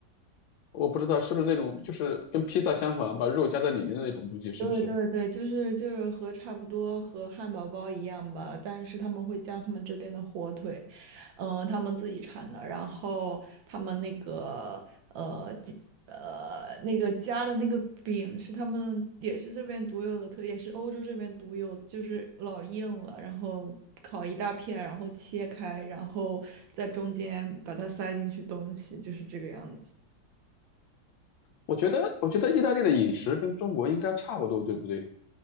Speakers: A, on the left; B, on the right.
A: 我不知道是不是那种就是跟披萨相反啊，把肉夹在里面的那种东西，是不是？
B: 对对对，就是就是和差不多和汉堡包一样吧，但是他们会加他们这边的火腿，嗯、他们自己产的，然后他们那个呃鸡呃那个加的那个饼是他们也是这边独有的特，也是欧洲这边独有，就是老硬了，然后烤一大片，然后切开，然后在中间把它塞进去东西，就是这个样子。
A: 我觉得，我觉得意大利的饮食跟中国应该差不多，对不对？